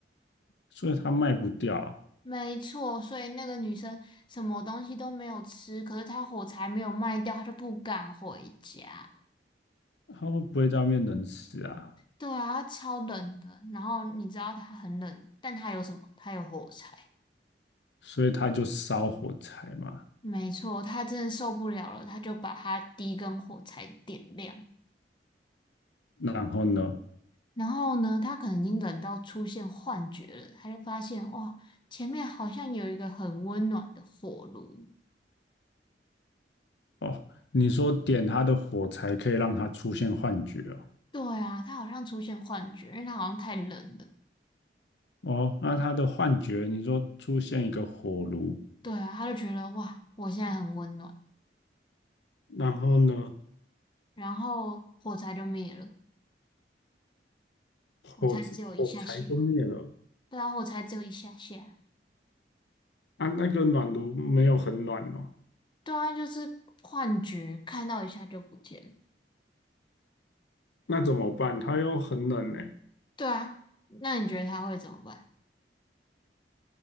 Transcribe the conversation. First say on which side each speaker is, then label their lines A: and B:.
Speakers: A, on the left; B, on the left.
A: 所以他卖不掉，
B: 没错，所以那个女生什么东西都没有吃，可是她火柴没有卖掉，她就不敢回家。
A: 他会不会在外面冷死啊？
B: 对啊，她超冷的。然后你知道她很冷，但她有什么？她有火柴。
A: 所以他就烧火柴嘛。
B: 没错，她真的受不了了，她就把她第一根火柴点亮。
A: 然后呢？
B: 然后呢，他可能已经冷到出现幻觉了，他就发现哇，前面好像有一个很温暖的火炉。
A: 哦，你说点他的火柴可以让他出现幻觉哦。
B: 对啊，他好像出现幻觉，因为他好像太冷了。
A: 哦，那他的幻觉，你说出现一个火炉，
B: 对啊，他就觉得哇，我现在很温暖，
A: 然后呢，
B: 然后火柴就灭了，
A: 火子火柴就灭了
B: 火柴只有一下下。对啊，火柴只有一下下。
A: 啊，那个暖炉没有很暖哦。
B: 对啊，就是幻觉，看到一下就不见了
A: 那怎么办？它又很冷呢、
B: 对啊，那你觉得他会怎么办？